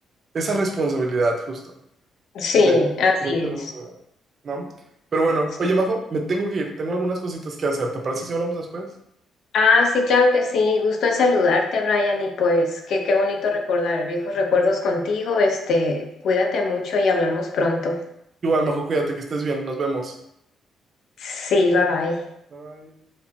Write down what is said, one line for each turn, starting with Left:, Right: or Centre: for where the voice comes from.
Right: esa responsabilidad, justo.
Left: Sí,
Right: De
Left: así
Right: Crátelo
Left: es.
Right: no me veo, ¿no? Pero bueno,
Left: Sí.
Right: oye, Majo, me tengo que ir. Tengo algunas cositas que hacer. ¿Te parece si hablamos después?
Left: Ah, sí, claro que sí, gusto en saludarte, Brian, y pues qué, qué bonito recordar viejos recuerdos contigo, este, cuídate mucho y hablamos pronto.
Right: Igual, Majo, cuídate, que estés bien. Nos vemos.
Left: Sí, bye bye.
Right: Bye bye.